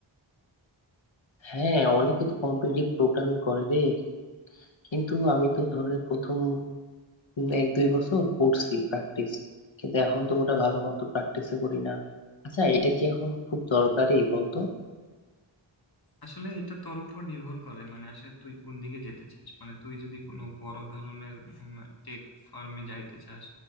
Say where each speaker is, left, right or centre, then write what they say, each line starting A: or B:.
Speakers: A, on the left; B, on the left.
A: হ্যাঁ অনেকে তো কম্পিটিটিভ প্রোগ্রামিং করে রে কিন্তু আমি তো ধরনের প্রথম উম, এক দুই বছর করছি প্র্যাকটিস কিন্তু এখন তো ওটা ভালো মতো প্র্যাকটিস করি না আচ্ছা এটা কি এখন খুব দরকারি বলতো
B: আসলে এটা তোর উপর নির্ভর করে মানে আসলে তুই কোন দিকে যেতে চাস মানে তুই যদি কোনো বড় ধরনের টেক ফার্মে যাইতে চাস